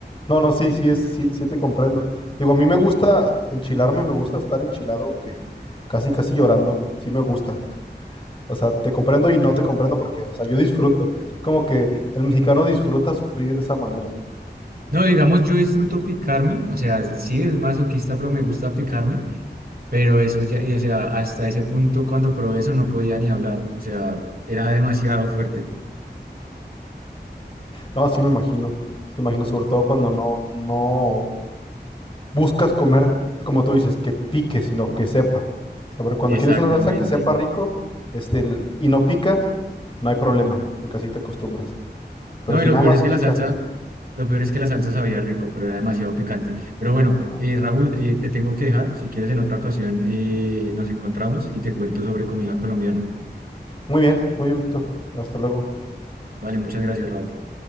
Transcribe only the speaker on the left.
No, no, sí, sí, es, sí, sí te comprendo. Digo, a mí me gusta enchilarme, me gusta estar enchilado, que casi, casi llorando, sí me gusta. <laughs> O sea, te comprendo y no te comprendo porque, o sea, yo disfruto. Es como que el mexicano disfruta sufrir de esa manera.
No, sí me imagino, sí me imagino, sobre todo cuando no, no buscas comer, como tú dices, que pique, sino que sepa. O sea, Sobre cuando
quieres una salsa que sepa rico, este, y no pica, no hay problema, porque así te acostumbras. Pero
si
nada
más
pica,
ah,
Muy bien, muy bien, Víctor. Hasta luego.